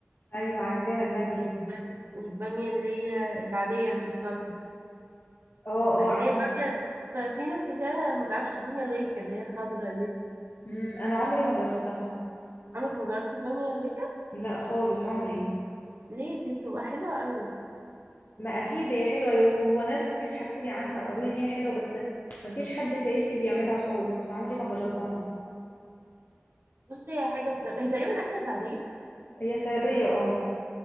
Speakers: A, on the left; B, on the right.
A: ايوه عارفاها الباميه
B: والبام- والباميه اللي هي العاديه اللي بالصلصه
A: اه اه
B: اللي
A: عارفاها
B: هي البامية ففي ناس كتير ما تعرفش البامية الويكة اللي هي الخضرا دي
A: امم انا عمري ما جربتها
B: عمرك ما جربتي البامية الويكة
A: لا خالص عمري
B: ليه دي بتبقى حلوة قوي
A: ما اكيد هي حلوه و- وناس كتير حكوا لي عنها وقالوا لي ان هي حلوه بس ما فيش حد في عيلتي بيعملها خالص فعمري ما جربتها
B: بصي هي حاجة مختلفة هي تقريبا أكلة سعودية
A: هي صعيديه اه